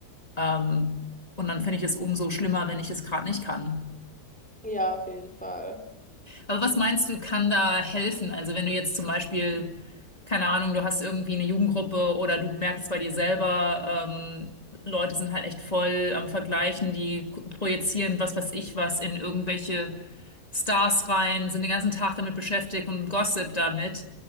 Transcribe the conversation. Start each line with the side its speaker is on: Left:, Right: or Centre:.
Left: ähm, und dann finde ich es umso schlimmer, wenn ich es gerade nicht kann.
Centre: Ja, auf jeden Fall.
Left: Aber was meinst du, kann da helfen? Also wenn du jetzt zum Beispiel, keine Ahnung, du hast irgendwie eine Jugendgruppe oder du merkst es bei dir selber, ähm, Leute sind halt echt voll am Vergleichen, die k- projizieren was weiß ich was in irgendwelche Stars rein, sind den ganzen Tag damit beschäftigt und Gossip damit.